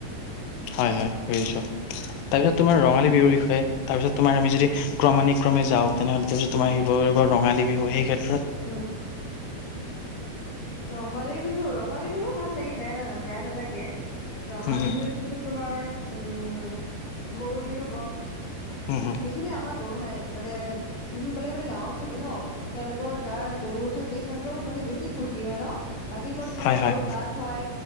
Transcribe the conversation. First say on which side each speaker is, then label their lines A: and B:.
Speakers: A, on the left; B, on the left.
A: হয়, হয়, কৰিছো তাৰপিছত। তোমাৰ ৰঙালী বিহুৰ বিষয়ে তাৰপিত তোমাৰ আমি যদি ক্ৰমানিক, ক্ৰমে যাওঁ। তেনেছ
B: উম,
A: তোমাৰ শিৱ বাগৰ ৰঙালী বিহু সেই ক্ষেত্ৰত
B: উম। ৰঙালী বিহু ৰঙালী বিহু ভাল লাগে বেয়া ন বেয়া নালাগে ৰঙালী
A: হুম হুম
B: বিহুততো তোমাৰ উম গৰু বি হ'ব একচেলি
A: হুম হুম
B: আমাৰ গৰু নাই মানে যোনসকলে মানে গাঁৱত থাকে ন তেওঁলোকৰ যাৰ গৰু থাকে সিহঁতৰো মানে বেছি ফূুৰ্তি হয় ন ৰাতিপুৱা তোমাৰ
A: হয়
B: গৰু
A: হয়
B: গাত হয়